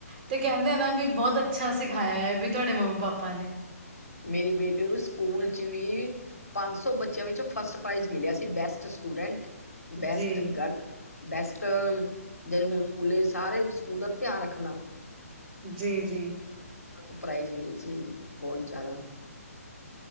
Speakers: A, on the right; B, on the left.
A: ਤੇ ਕਹਿੰਦੇ ਨਾ ਵੀ ਬਹੁਤ ਅੱਛਾ ਸਿਖਾਇਆ ਹੈ ਵੀ। ਤੁਹਾਡੇ ਮੰਮਾ ਪਾਪਾ ਨੇ
B: ਮੇਰੀ ਬੇਟੀ ਨੂੰ ਸਕੂਲ 'ਚ ਵੀ, ਪੰਜ ਸੌ ਬੱਚਿਆਂ ਵਿੱਚੋਂ ਫਸਟ ਪ੍ਰਾਈਜ਼ ਮਿਲਿਆ ਸੀ, ਬੈਸਟ ਸਟੂਡੈਂਟ ਬੈਸਟ
A: ਜੀ
B: ਗਰਲ, ਬੈਸਟਨ ਜਿਨੂੰ ਹੁਣ ਸਕੂਲੇ ਸਾਰੇ ਸਕੂਲ ਦਾ ਧਿਆਨ ਰੱਖਣਾ।
A: ਜੀ ਜੀ,
B: ਬ ਪ੍ਰਾਈਜ਼ ਮਿਲੀ ਸੀ, ਬਹੁਤ ਜ਼ਿਆਦਾ